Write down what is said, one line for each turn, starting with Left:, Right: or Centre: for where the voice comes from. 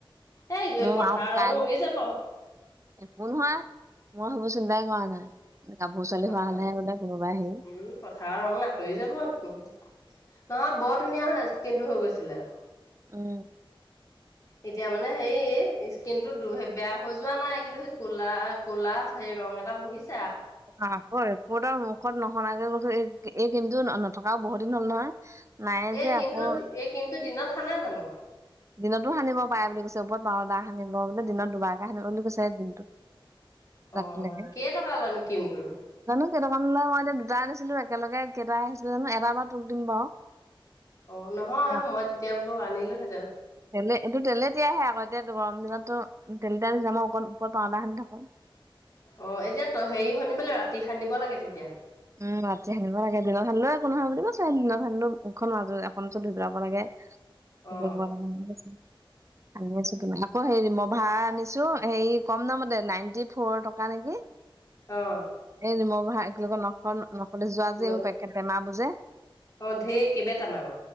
Left: এই
Right: ম
Left: পথাৰৰ
Right: কাইলৈ
Left: ৰং উৰি যাব
Right: একো নহয় মই হ'বচোন বোই কৰা নাই। কাপোৰ চোৱালি
Left: পথাৰ
Right: হোৱা হলেহে বোলে কোনোবাই আহেই
Left: উম পথাৰৰ ৰং আঁতৰি যাব একো নহয় নহয় বৰ ধুনীয়া হয় স্কিন টো হৈ গৈছিলে।
Right: উম,
Left: এতিয়া মানে হে স্কিন টো বেয়া হৈ যোৱা নাই কিন্তু সেই ক'লা কলা হ ৰং এটা বহিছ।
Right: আকৌ একো তাৰ মুখত নহনগে কো এই কমতটো নথকাও বহুত দিন হ'ল নহয়। নাই
Left: এই
Right: যে
Left: কিন্তটো
Right: আকৌ
Left: এই কিন্তটো দিনত খানা জানো
Right: দিনতো সানিব পাৰে বুলি কৈছে ওপৰত বাৰদা সানিব বোলে দিনত দুবাৰকে সানিব বুলি কৈছে দিনটোত <inaudible>
Left: অহ,
Right: ৰাতিলৈকে
Left: কেই টকা লানো কিমটোৰ।
Right: জানো মই এতিয়া দুটা আনিছিলো একেলগে কেইটাই আহিছিলে জানো এটাৰ বা তোক দিম বাৰু।
Left: অ, নহয়
Right: অ,
Left: মই তেতিয়া বোলো আনিলো হে
Right: তেলে এইটো তেলে তেতিয়াই আহে আকৌ এতিয়া গৰম দিনতো। তেল যামা অকণ ওপৰত পাওদাখিনি থাকো।
Left: অ, এতিয়া ত হেৰি শুনিবলৈ ৰাতি সানিব লাগে তেতিয়া।
Right: উম, ৰাতি সানধিব লাগে দিনৰ খানিলোও একো নহয় বুলি ক চ দিনৰ সানিলও মুখখন মকওৰত ধই পেলাব লাগে। সেইটো
Left: অ
Right: <unintelligible> আনি আছো, তোমাৰ আকৌ হেৰি ৰিমভাৰ আনিছো হেৰি কম দামতে নাইনটি ফ'ৰ টকা নেকি।
Left: আহ।
Right: এ ৰিমভাৰ এক লগত নখ নকলে যোৱা যে
Left: অ
Right: এইবোৰ
Left: অ
Right: পেকেট টেমাবোৰ যে।
Left: অ' ধেইৰ কেইবা টেমাও।